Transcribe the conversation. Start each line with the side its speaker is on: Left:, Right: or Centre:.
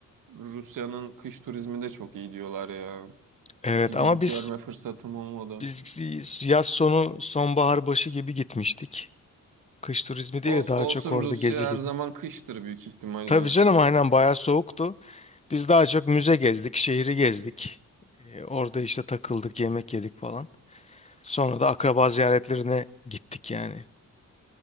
Right: Rusya'nın kış turizmi de çok iyi diyorlar ya.
Left: Evet
Right: Bir gidip
Left: ama biz
Right: görme fırsatım olmadı.
Left: biz yaz sonu sonbahar başı gibi gitmiştik. Kış turizmi değil
Right: Ols-
Left: de daha
Right: olsun
Left: çok orada
Right: Rusya
Left: gezi gibi.
Right: her zaman kıştır büyük ihtimalle.
Left: Tabii canım aynen bayağı soğuktu. Biz daha çok müze gezdik, şehri gezdik. Ee, orada işte takıldık, yemek yedik falan. Sonra da akraba ziyaretlerine gittik yani.